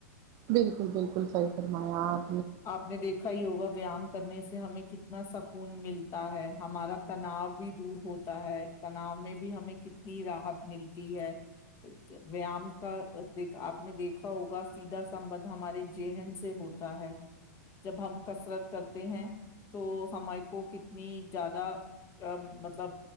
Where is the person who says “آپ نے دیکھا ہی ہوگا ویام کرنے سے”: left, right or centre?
Left